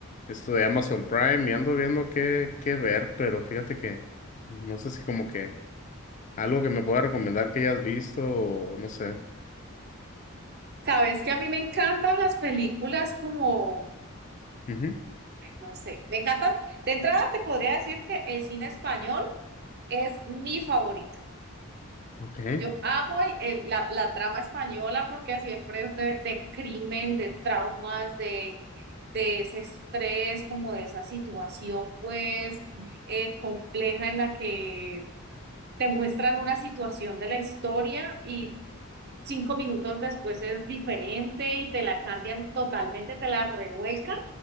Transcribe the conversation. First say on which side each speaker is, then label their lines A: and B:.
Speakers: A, on the left; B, on the right.
A: esto de Amazon Prime y ando viendo qué, qué ver, pero fíjate que no sé si como que algo que me pueda recomendar que hayas visto o no sé.
B: Sabes que a mí me encantan las películas como,
A: Ujú.
B: ay, no sé, me encantan. De entrada te podría decir que el cine español es mi favorito.
A: Ok.
B: Yo amo el- el- la, la trama española porque siempre es de, de crimen, de traumas, de, de ese estrés, como de esa situación pues eh, compleja en la que te muestran una situación de la historia cinco minutos después es diferente y te la cambian totalmente, te la revuelcan